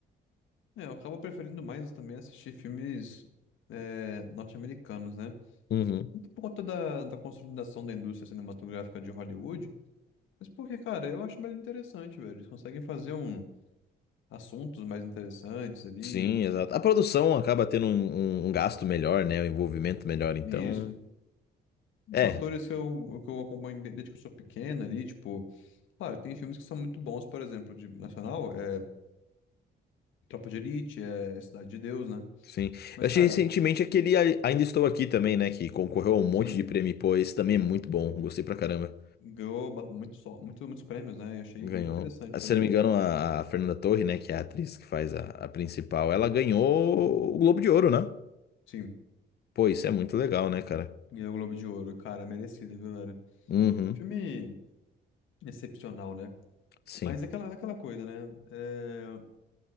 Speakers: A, on the left (about 80°); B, on the left (about 55°).
A: É, eu acabo preferindo mais também assistir filmes é, norte-americanos, né?
B: Uhum.
A: Não por conta da, da consolidação da indústria cinematográfica de Hollywood, mas porque, cara, eu acho mais interessante, velho. Eles conseguem fazer um, assuntos mais interessantes ali.
B: Sim, exato. A produção acaba tendo um, um- um gasto melhor, né? Um envolvimento melhor, então.
A: E isso.
B: É,
A: São atores que eu, que eu acompanho de- desde que eu sou pequeno ali, tipo. Claro, tem filmes que são muito bons, por exemplo, de nacional, é Tropa de Elite, é Cidade de Deus, né?
B: sim.
A: Mas,
B: Eu achei
A: cara.
B: recentemente aquele A- Ainda Estou Aqui também, né? Que concorreu a um monte
A: Sim,
B: de prêmio. Pô, esse também é muito bom. Gostei pra caramba.
A: ganhou ba- muito, só- muito, muitos prêmios, né? E achei
B: Ganhou.
A: bem interessante
B: Ah, Se
A: também.
B: eu não me engano, a, a Fernanda Torre, né? Que é a atriz que faz a, a principal, ela ganhou o Globo de Ouro, né?
A: Sim,
B: Pô, isso é muito legal, né, cara?
A: ganhou o Globo de Ouro, cara, merecido, viu, velho?
B: Uhum,
A: Filme excepcional, né?
B: sim.
A: Mas é aquela, é aquela coisa, né? É,